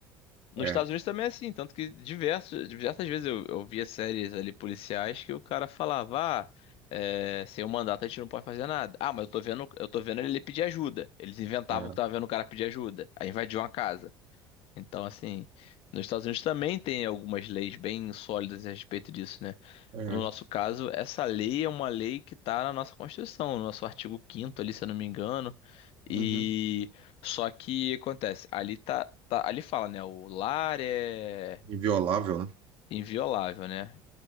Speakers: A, on the left; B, on the right.
A: Nos
B: É,
A: Estados Unidos também é assim, tanto que diversos, diversas vezes eu, eu via séries ali policiais que o cara falava, ah, é, sem o mandato a gente não pode fazer nada. Ah, mas eu tô vendo, eu tô vendo ele pedir ajuda. Eles inventavam
B: é,
A: que tava vendo o cara pedir ajuda. Aí invadiu uma casa. Então, assim, nos Estados Unidos também tem algumas leis bem sólidas a respeito disso, né?
B: é.
A: No nosso caso, essa lei é uma lei que está na nossa Constituição, no nosso artigo quinto ali, se eu não me engano.
B: Uhum.
A: E só que acontece, ali tá, tá- ali fala, né? O lar é
B: Inviolável, né?
A: inviolável, né?